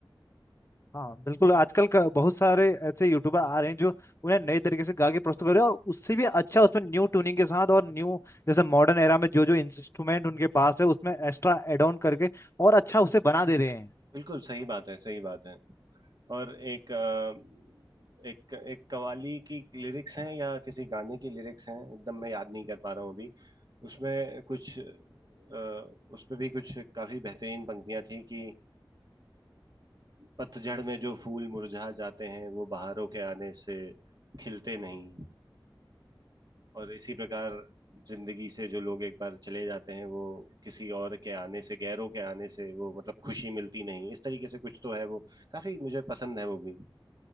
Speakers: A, on the left (about 35°); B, on the right (about 50°).
A: हाँ बिल्कुल आजकल क- बहुत सारे ऐसे यूट्यूबर आ रहे हैं जो उन्हें नए तरीके से गा के प्रस्तुत कर रहे हैं और उससे भी अच्छा उसमें न्यू ट्यूनिंग के साथ और न्यू जैसे मॉडर्न एरा में जो जो इंस्ट्रूमेंट उनके पास है उसमें एक्स्ट्रा एड ऑन करके और अच्छा उसे बना दे रहे हैं
B: बिल्कुल सही बात है सही बात है और एक अ, एक एक कवाली की लिरिक्स हैं या किसी गाने की लिरिक्स हैं एकदम मैं याद नहीं कर पा रहा हूँ अभी उसमें कुछ अ, उसमें भी कुछ काफी बेहतरीन पंक्तियां थी कि अ, पतझड़ में जो फूल मुरझा जाते हैं वो बहारों के आने से खिलते नहीं और इसी प्रकार जिंदगी से जो लोग एक बार चले जाते हैं वो किसी और के आने से गैरों के आने से वो मतलब खुशी मिलती नहीं इस तरीके से कुछ तो है वो काफी मुझे पसंद है वो भी